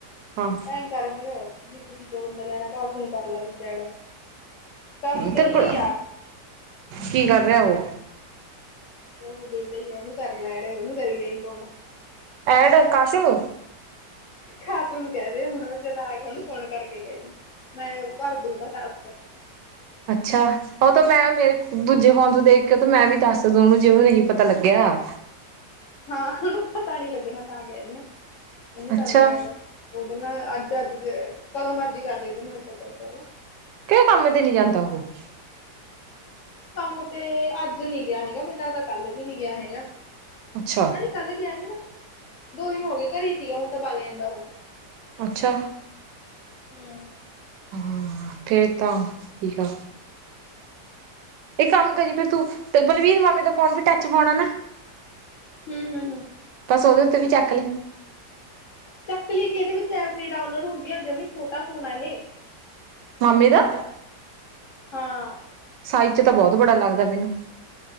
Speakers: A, on the right (about 80°); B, on the left (about 65°).
A: ਹਾਂ
B: ਐਂ ਕਰ ਫਿਰ, ਜੇ ਕੋਈ ਤੂਜਾ ਬੰਦਾ ਲੈਣਾ ਅਸੀਂ ਹੀ ਕਰ ਲੈ ਵਿੱਚ ਐਡ, ਕਾਸੂ ਵੇਹਲੇ
A: ਤੇਰੇ ਕੋਲ
B: ਹੀ ਆ।
A: ਕੀ ਕਰ ਰਿਹਾ ਉਹ,
B: ਉਹ ਵਿਹਲਾ ਆ ਉਹਨੂੰ ਕਰ ਲੈ ਐਡ ਉਹਨੂੰ ਕਰੀ ਜਾਈ ਫੋਨ,
A: ਐਡ ਕਾਸ਼ਵ,
B: ਖਾਸੂ ਨੂੰ ਕਹਿ ਦੇ ਹੁਣ ਜਦ ਆ ਗਿਆ ਉਹਨੂੰ ਫੋਨ ਕਰਕੇ ਕਹਿ ਦੀ ਮੈਂ ਭਰਦੂ ਉਹਦਾ ਟਾਸਕ।
A: ਅੱਛਾ ਉਹ ਤਾਂ ਮੈਂ ਮੇਰੇ ਦੂਜੇ ਫੋਨ ਤੋਂ ਦੇਖ ਕੇ ਤੇ ਮੈਂ ਵੀ ਦੱਸਦੂ ਜੇ ਉਹਨੂੰ ਨਹੀਂ ਪਤਾ ਲੱਗਿਆ।
B: ਹਾਂ ਪਤਾ ਨੀ ਲੱਗਣਾ ਤਾਂ ਕਹਿ ਰਹੀ ਹੈ। ਉਹਨੂੰ ਕਰ
A: ਅੱਛਾ
B: ਲੲੀ ਐਡ ਉਹਦੇ ਨਾਲ਼ ਅੱਜ ਚੱਜ ਕਦੋਂ ਮਰਜੀ ਕਰ ਲਈ ਉਹਦੇ ਤਾਂ ਗੱਲ
A: ਕਿਉਂ ਕੰਮ ਤੇ ਨੀ ਜਾਂਦਾ ਉਹ
B: ਕੰਮ ਤੇ ਅੱਜ ਨੀ ਗਿਆ ਹੈਗਾ ਮੈਨੂੰ ਲੱਗਦਾ ਕੱਲ ਵੀ ਨਹੀਂ ਗਿਆ ਹੈਗਾ।
A: ਅੱਛਾ
B: ਹੈਨੀ ਕੱਲ ਗਿਆ ਨੀ ਨਾ। ਦੋ ਦਿਨ ਹੋ ਗਏ ਘਰੇ ਤੀਗਾ ਹੁਣ ਤਾਂ ਬੱਗ ਜਾਂਦਾ ਉਹ
A: ਅੱਛਾ।
B: ਹੂੰ।
A: ਹਾਂ, ਫੇਰ ਤਾਂ, ਠੀਕ ਆ। ਇੱਕ ਕੰਮ ਕਰੀ ਫਿਰ ਤੂੰ ਤੇ ਬਲਵੀਰ ਮਾਮੇ ਦਾ ਫੋਨ ਵੀ ਟੱਚ ਫੋਨ ਆ ਨਾ,
B: ਹੂੰ, ਹੂੰ, ਹੂੰ।
A: ਬਸ ਉਹਦੇ ਉੱਤੇ ਵੀ ਚੱਕ ਲਈ।
B: ਚੱਕਲੀ ਕਿ ਇਹਦੇ ਵਿੱਚ ਐਪ ਨਹੀਂ ਡਾਊਨਲੋਡ ਹੁੰਦੀਆਂ ਜਵੀ ਛੋਟਾ ਫੋਨ ਆ ਇਹ
A: ਮੰਮੀ ਦਾ,
B: ਹਾਂ।
A: ਸਾਈਜ਼ ਚ ਤਾਂ ਬਹੁਤ ਬੜਾ ਲੱਗਦਾ ਮੈਨੂੰ।